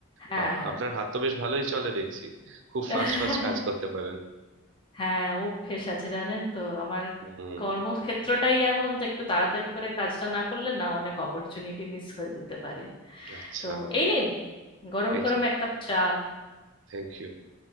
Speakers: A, on the left; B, on the right.
A: হ্যাঁ
B: বাবা
A: হ্যাঁ
B: আপনার হাত তো বেশ ভালোই চলে দেখছি খুব
A: <laughs>
B: ফাস্ট ফাস্ট কাজ করতে পারেন
A: হ্যাঁ অভ্যেস আছে জানেন তো আমার
B: হুম
A: কর্মক্ষেত্রটাই এমন যে একটু তাড়াতাড়ি করে কাজটা না করলে না অনেক অপরচুনিটি মিস হয়ে যেতে পারে
B: আচ্ছা
A: তো এই নিন গরম
B: এই
A: গরম
B: যে
A: এক কাপ চা
B: থ্যাংক ইউ